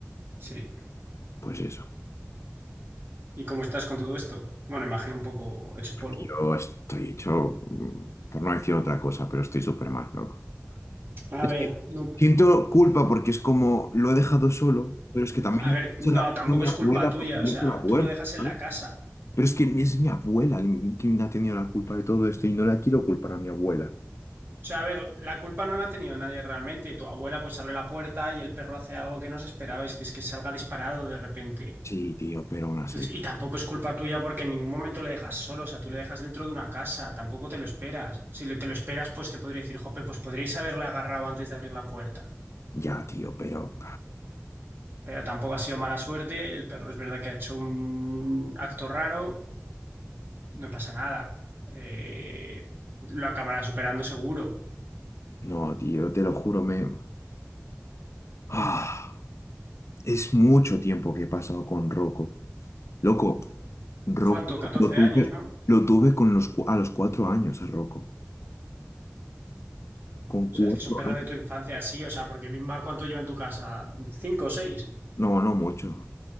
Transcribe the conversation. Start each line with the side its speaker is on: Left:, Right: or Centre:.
Right: sí.
Left: Pues eso.
Right: ¿Y cómo estás con todo esto? Bueno, imagino un poco hecho polvo.
Left: Yo estoy hecho, mm, por no decir otra cosa, pero estoy súper mal, loco.
Right: A
Left: Es
Right: ver,
Left: que
Right: no,
Left: siento culpa porque es como lo he dejado solo, pero es que también
Right: a ver,
Left: es
Right: no,
Left: la
Right: tampoco
Left: culpa de mi
Right: es
Left: abuela
Right: culpa tuya,
Left: porque
Right: o
Left: me
Right: sea,
Left: hizo la puerta,
Right: tú lo dejas en
Left: ¿sabes?
Right: la casa.
Left: Pero es que es mi abuela quien ha tenido la culpa de todo esto y no la quiero culpar a mi abuela.
Right: O sea, a ver, la culpa no la ha tenido nadie realmente. Tu abuela pues abre la puerta y el perro hace algo que no se esperaba, es que es que salga disparado de repente.
Left: Sí, tío, pero aún así.
Right: Entonces, y tampoco es culpa tuya porque en ningún momento le dejas solo, o sea, tú le dejas dentro de una casa, tampoco te lo esperas. Si le- te lo esperas, pues te podría decir, jope, pues podríais haberle agarrado antes de abrir la puerta.
Left: Ya, tío, pero...
Right: Pero tampoco ha sido mala suerte, el perro es verdad que ha hecho un acto raro, no pasa nada. Eh, lo acabará superando seguro.
Left: No, tío, te lo juro, me... Ah, es mucho tiempo que he pasado con Rocco. Loco, Rocco,
Right: ¿Cuánto? 14
Left: lo tuve,
Right: años, ¿no?
Left: lo tuve con los, cu- a los cuatro años a Rocco. Con
Right: O
Left: cuatro
Right: sea, es que es un perro
Left: años.
Right: de tu infancia, sí, o sea, porque Bimba, ¿cuánto lleva en tu casa? ¿Cinco o seis?
Left: No, no mucho,